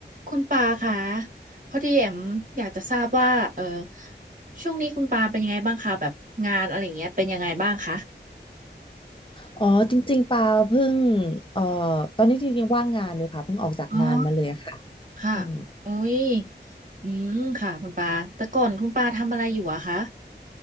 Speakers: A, on the right; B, on the left.
A: คุณปาคะพอดีแอมอยากจะทราบว่าเออช่วงนี้คุณปาเป็นยังไงบ้างคะแบบงานอะไรอย่างเงี้ยเป็นยังไงบ้างคะ
B: อ๋อจริงๆปาเพิ่งเอ่อตอนนี้จริงๆว่างงานอยู่ค่ะเพิ่งออกจากงานมาเลยค่ะ
A: อ๋อค่ะ
B: อืม
A: อุ้ยอืมค่ะคุณปาแต่ก่อนคุณปาทำอะไรอยู่อะคะ